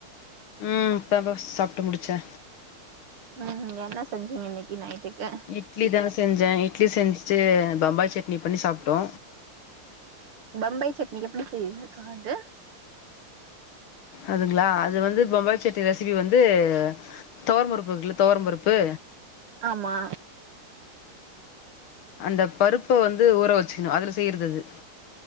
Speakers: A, on the left; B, on the right.
A: ம் இப்ப தாப்பா சாப்ட்டு முடிச்சே
B: ம் ம் என்ன செஞ்சீங்க இன்னைக்கு நைட்டுக்கு
A: இட்லி தா செஞ்சே இட்லி செஞ்சுட்டு பம்பாய் சட்னி பண்ணி சாப்டோ
B: பம்பாய் சட்னி எப்டி செய்வீங்கக்கா அது
A: அதுங்ளா அது வந்து பம்பாய் சட்னி ரெசிபி வந்து தொவரம் பருப்பு இருக்குல தொவரம் பருப்பு
B: ஆமா
A: அந்த பருப்ப வந்து ஊற வெச்சுக்கணு அதுல செய்யற்து அது